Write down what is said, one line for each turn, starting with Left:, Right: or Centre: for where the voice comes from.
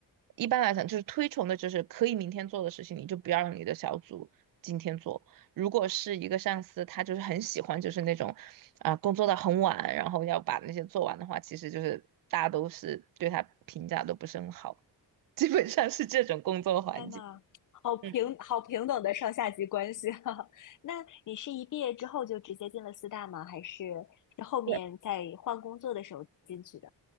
Right: 一般来讲就是推崇的，就是可以明天做的事情，你就不要让你的小组今天做。如果是一个上司，他就是很喜欢就是那种啊、工作到很晚，然后要把那些做完的话，其实就是大家都是对他评价都不是很好，基本上是这种工作环境。
Left: 天呐，好平好平等的上下级关系啊！
Right: 嗯，
Left: <laughs> 那你是一毕业之后就直接进了四大吗？还是是后面在换工作的时候进去的？
Right: 对